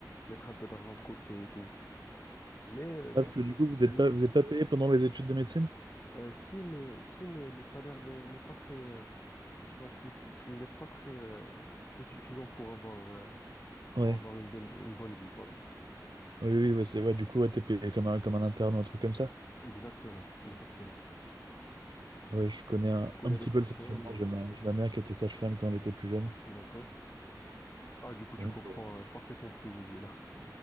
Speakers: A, on the left; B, on the right.
A: mettre un peu d'argent de côté et tout. Mais euh,
B: Ah,
A: tu
B: parce
A: peux...
B: que du coup, vous n'êtes
A: Mais
B: pas, vous êtes pas payé pendant les études de médecine?
A: Euh, si, mais, si, mais le salaire n'est n'est pas très, euh, disons qu'il n'est qu'il n'est pas très, euh, très suffisant pour avoir, euh,
B: Ouais.
A: pour avoir une, bonne- une bonne vie, voilà.
B: Oui, oui, ouais, c'est ouais, du coup, ouais, t'es payé comme un, comme un interne ou un truc comme ça.
A: Exactement, exactement.
B: Ouais, je connais un,
A: Du coup,
B: un
A: il y a
B: petit
A: des personnes,
B: peu le fonctionnement.
A: euh,
B: J'ai ma, j'ai ma mère qui était sage-femme quand elle était plus jeune.
A: d'accord. Ah, du coup, tu
B: Donc,
A: comprends,
B: euh,
A: euh, parfaitement ce que je dis là.